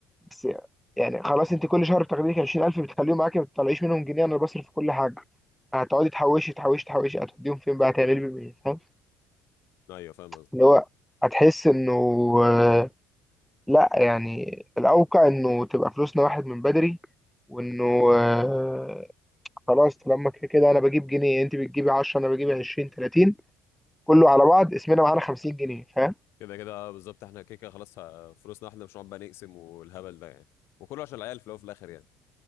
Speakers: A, in the centre; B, on the left.
A: بس يعني خلاص انت كل شهر بتاخدي لك 20000 بتخليهم معاكي ما بتطلعيش منهم جنيه انا بصرف في كل حاجه هتقعدي تحوشي تحوشي تحوشي هتوديهم فين بقى هتعملي بيهم ايه فاهم
B: ايوه فاهم
A: اللي هو هتحس انه آه، لا يعني الاوقع انه تبقى فلوسنا واحد من بدري وانه آه، خلاص طالما كده كده انا بجيب جنيه انت بتجيبي 10 انا بجيب 20 30 كله على بعض اسمنا معانا 50 جنيه فاهم
B: كده كده بالظبط احنا كده كده خلاص ه- فلوسنا احنا مش هنقعد بقى نقسم والهبل ده يعني وكله عشان العيال في الاول وفي الاخر يعني